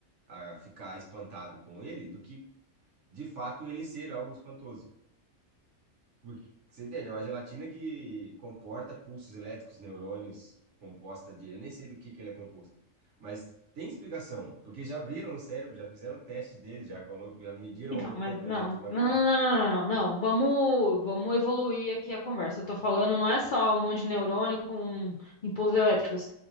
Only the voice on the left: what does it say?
Então,
mas
não,
não, não, não, não, não, não. Vamos, vamos evoluir aqui a conversa. Eu tô falando, não é só um monte de neurônio com impulsos elétricos.